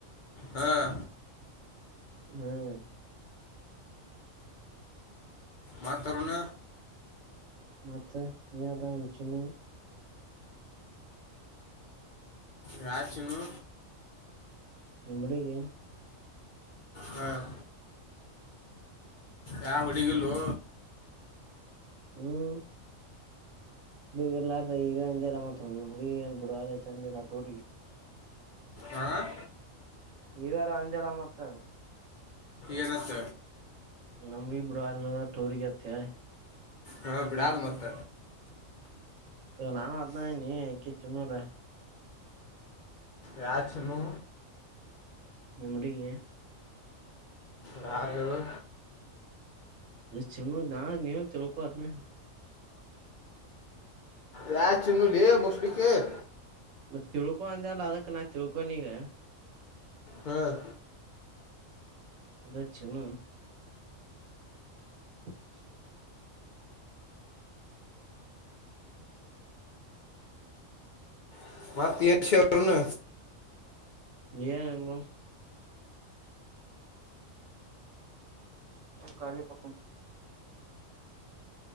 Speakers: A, on the left; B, on the right.
A: ಹಾಂ
B: ಹ್ಮ್
A: ಮತ್ತು ಅರುಣ
B: ಮತ್ತೆ ಏನದಾ ನಿಮ ಚಿನ್ನು
A: ಯಾ ಚಿನ್ನು
B: ನಿಮ್ಮ ಹುಡುಗಿ
A: ಹಾಂ ಯಾವ ಹುಡಗಿಲ್ಲೊ
B: ಹ್ಮ್ ಹುಡುಗಿ ಎಲ್ಲಾರ್ರ ಈಗ ಇಂದೆಲ್ಲ ಮ ನಿಮ್ಮ ಹುಡುಗಿ ಏನ್ ಬಿಡುವತಂದೆಲ್ಲ ಟೂರಿಗೆ
A: ಹಾಂ
B: ಈಗಾರ ಅಂದಲ್ಲ ಮತ್ತ
A: ಎನತ್ತ್
B: ನಮಡಿ ಬಿಡ ಅಲ್ ಟೂರ್ಗತ್ತ
A: ಹಾಂ ಬಿಡಾಲ ಮತ್ತ
B: ನಾವ ಅದ್ನ ನೀ ಆಕಿ ಚಿನ್ನುಲಾ
A: ಯಾ ಚಿನ್ನು
B: ನಿಮ್ಮ ಹುಡುಗಿ
A: ಯಾರು ಹೇಳು
B: ಚಿನ್ನು ನಾನೇ ತಿಳುಕೊ ಅದನ್ನ
A: ಯಾ ಚಿನ್ನುಲೇ <unintelligible>
B: ಮತ್ತ ತಿಳ್ಕೊಂದ ಅಲ್ಲ ಅದಕ್ ನಾ ತಿಳ್ಕೊನ ಈಗ
A: ಹ್ಮ್
B: ದಕ್ಷಣ <inaudible>
A: ಮತ್ತಷ
B: ನಲ್ಲ ಕಾಲಿ ಪ